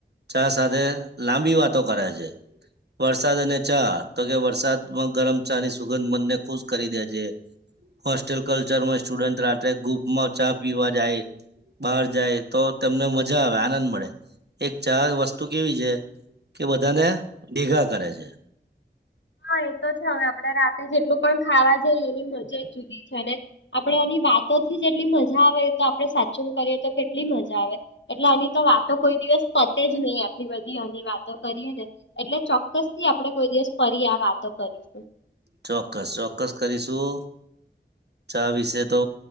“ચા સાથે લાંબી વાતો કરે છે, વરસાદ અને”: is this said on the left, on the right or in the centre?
Right